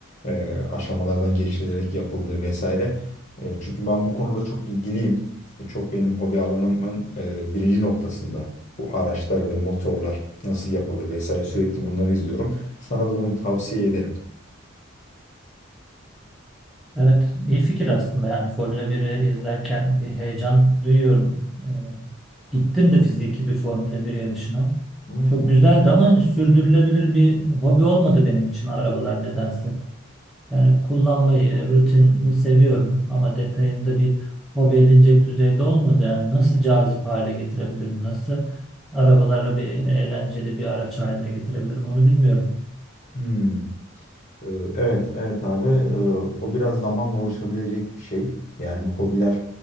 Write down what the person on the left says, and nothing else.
e, aşamalardan geçilerek yapıldığı vesaire. E, çünkü ben bu konuda çok ilgiliyim. E, çok benim hobi alanımın e, birinci noktasında. Bu araçlar ve motorlar nasıl yapılır vesaire sürekli bunları izliyorum. Sana da bunu tavsiye ederim.
Hmm.
Hmm. Ee, Evet, evet abi. Ee, O biraz zamanla oluşabilecek bir şey. Yani bu hobiler